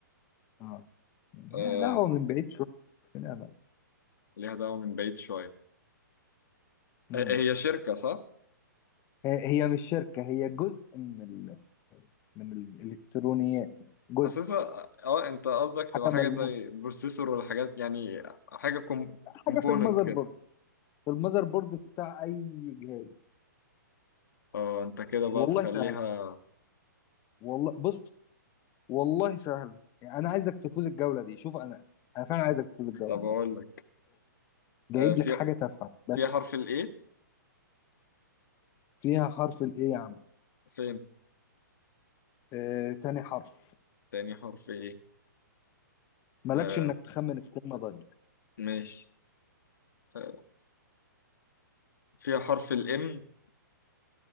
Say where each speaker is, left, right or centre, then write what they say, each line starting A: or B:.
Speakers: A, on the left; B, on the left.
A: اه يعني
B: آه
A: ليها دعوه من بعيد شويه بس ليها دعوه
B: ليها دعوة من بعيد شوية
A: مم.
B: آه، هي شركة صح؟
A: هي هي مش شركه هي جزء من ال... من الالكترونيات يعني جزء
B: حاسسها اه انت قصدك تبقى
A: حاجه
B: حاجة
A: ملموسه
B: زي بروسيسور ولا حاجات يعني حاجة كوم... كومبوننت
A: حاجه في المذر
B: كده
A: بورد في المذر بورد بتاع اي جهاز
B: اه انت كده بقى
A: والله
B: تخليها
A: سهل والله بص والله سهل يعني انا عايزك تفوز الجوله دي شوف انا انا فعلا عايزك تفوز الجوله
B: طب
A: دي
B: اقول لك
A: جايب
B: آه في
A: لك حاجه تافهه بس
B: فيها حرف الايه
A: فيها حرف الايه يا عم
B: فين
A: آه، تاني حرف
B: تاني حرف ايه
A: مالكش
B: آه
A: انك تخمن الكلمه بقلبك
B: ماشي آه فيها حرف الام